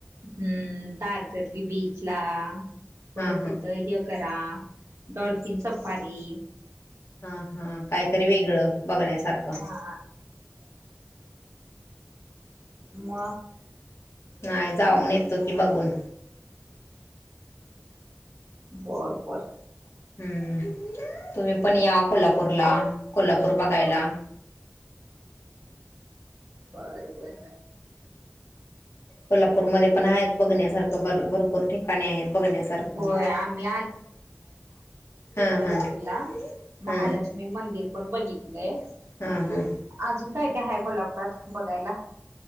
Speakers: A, on the right (about 80°); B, on the left (about 70°).
A: हम्म तारकतली बीच ला परत
B: हा हा
A: तिथ करा डॉल्फिन सफारी
B: हा हा काहीतरी वेगळं बघण्यासारखं
A: ह म
B: नाही जाऊन येतो की बघून
A: बर बर
B: हम्म तुम्ही पण या कोल्हापूरला कोल्हापूर बघायला
A: बरबर
B: कोल्हापूरमध्ये पण आहेत बघण्यासारखं बर भरपूर ठिकाणी आहेत बघण्यासारखं
A: होय आम्ही
B: हा
A: कोल्हापूर
B: हा
A: ला
B: हा
A: महालक्ष्मी मंदिर पण बघितलंय
B: हां हां
A: अजून काय काय हाय कोल्हापुरात बघायला.